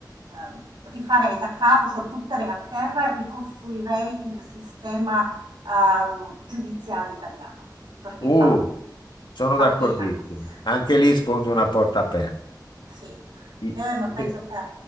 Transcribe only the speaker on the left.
Uh,
Sono
d'accordissimo.
Anche
lì sfondi una porta aperta.
I-
Sì.